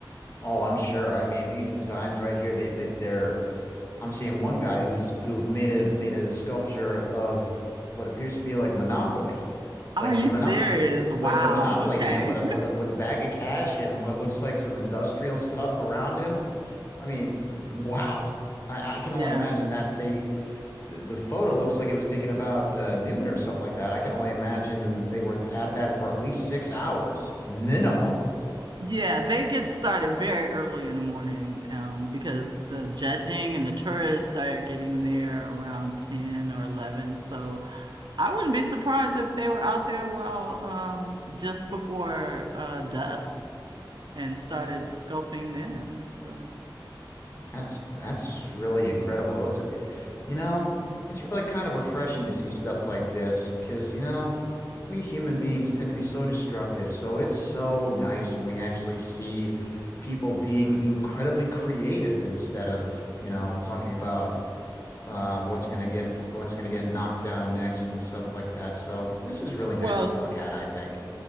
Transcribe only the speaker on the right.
Are
you
serious? Wow.
Okay.
<laughs>
Yeah.
Yeah, they get started very early in the morning, um, because the judging and the tourists start getting there around 10 or 11. So I wouldn't be surprised if they were out there while um, just before uh, dusk and started sculpting in. So
Well,